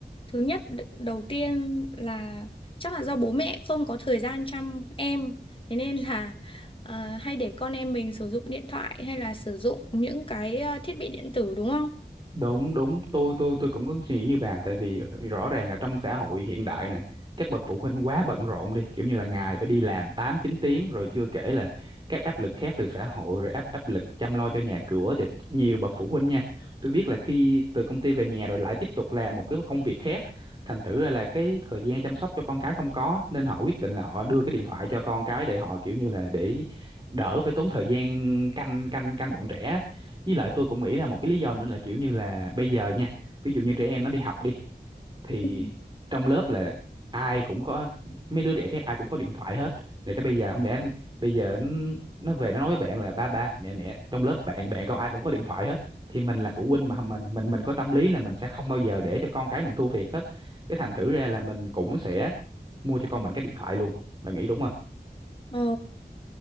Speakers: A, on the left (about 30°); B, on the right (about 25°).
A: thứ nhất đ- đầu tiên là chắc là do bố mẹ không có thời gian chăm em, thế nên là ờ, hay để con em mình sử dụng điện thoại hay là sử dụng những cái ờ, thiết bị điện tử đúng không?
B: đúng đúng tôi tôi tôi cũng có suy nghĩ như bà tại vì rõ ràng là trong xã hội hiện đại nè các bậc phụ huynh quá bận rộn đi kiểu như là ngày phải đi làm 8 9 tiếng rồi chưa kể là các áp lực khác từ xã hội rồi áp áp lực chăm lo cho nhà cửa cho nhiều bậc phụ huynh nha tôi biết là khi từ công ty về nhà rồi lại tiếp tục làm một cái công việc khác thành thử ra là cái thời gian chăm sóc cho con cái không có nên họ quyết định là họ đưa cái điện thoại cho con cái để họ kiểu như là để đỡ phải tốn thời gian canh canh canh bọn trẻ với lại tôi cũng nghĩ ra một cái lý do nữa là kiểu như là bây giờ nha, ví dụ như trẻ em nó đi học đi thì
A: Ừ.
B: trong lớp là ai cũng có mấy đứa trẻ khác ai cũng có điện thoại hết. Rồi cái bây giờ không lẽ bây giờ nó nó về nó nói với bạn là ba ba mẹ mẹ trong lớp bạn bạn con ai cũng có điện thoại hết thì mình là phụ huynh
A: Ừ.
B: mà mình mình mình có tâm lý là mình sẽ không bao giờ để cho con cái mình thua thiệt hết. Cái thành thử ra là mình cũng sẽ mua cho con mình cái điện thoại luôn. Bạn nghĩ đúng không?
A: Ờ.